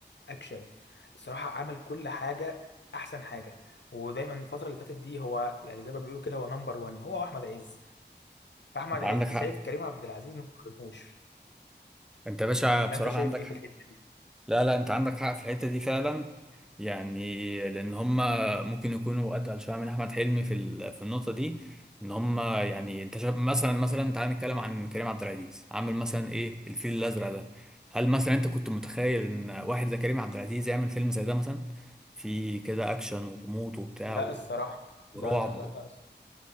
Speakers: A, on the left; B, in the centre.
A: اكشن الصراحه عمل كل حاجه احسن حاجه ودايما الفتره اللي فاتت دي هو يعني زي ما بيقولوا كده هو نمبر 1 هو احمد عز فاحمد
B: انت
A: عز
B: عندك حق
A: شايف كريم عبد العزيز ما تقارنوش
B: انت يا باشا
A: ولا
B: بصراحه
A: انت شايف
B: عندك
A: ايه
B: حق
A: في الحته
B: لا لا انت عندك حق في الحته دي فعلا يعني لان هم ممكن يكونوا اتقل شويه من احمد حلمي في ال- في النقطه دي ان هم يعني انت شايف مثلا مثلا تعال نتكلم عن كريم عبد العزيز عامل مثلا ايه الفيل الازرق ده هل مثلا انت كنت متخيل ان واحد زي كريم عبد العزيز يعمل فيلم زي ده مثلا في كده اكشن وغموض وبتاع
A: دي؟ لا
B: و-
A: الصراحه
B: ورعب
A: لا لا لا لا